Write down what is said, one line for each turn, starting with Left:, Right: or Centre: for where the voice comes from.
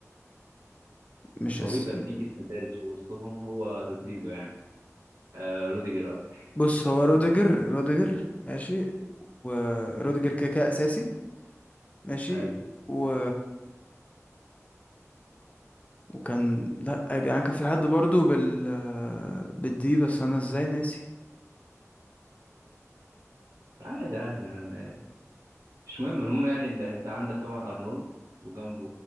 Left: مش أس...
Right: هو بيبقى فيه اسم دارس في وسطهم هو رودريجو يعني آه روديجر قصدي
Left: بص
Right: <laughs> رودريجو
Left: هو روديجر
Right: إيه؟
Left: روديجر ماشي وروديجر كده كده اساسي ماشي
Right: ايوه
Left: و وكان لا يا جدعان كان في حد برضو بال بالدي بس انا ازاي ناسي
Right: عادي عادي يعني مش مهم المهم يعني اللي انت عندك طبعا ارنولد وجنبه